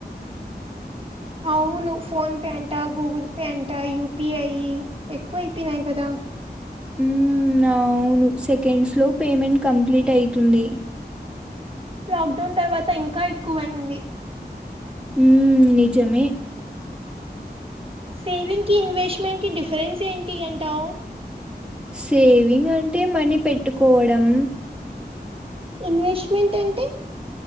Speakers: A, on the right (about 30°); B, in the centre.
A: అవును ఫోన్ పే అంట గూగుల్ పే అంట యూపిఐ ఎక్కువ అయిపోనయి కదా
B: ఉమ్ అవును సెకండ్స్ లో పేమెంట్ కంప్లీట్ అయితుంది
A: లాక్డౌన్ తర్వాత ఇంకా ఎక్కువయింది
B: ఉమ్ నిజమే
A: సేవింగ్ కి ఇన్వెస్ట్మెంట్ కి డిఫరెన్స్ ఏంటి అంటా
B: సేవింగ్ అంటే మనీ పెట్టుకోవడం
A: ఇన్వెస్ట్మెంట్ అంటే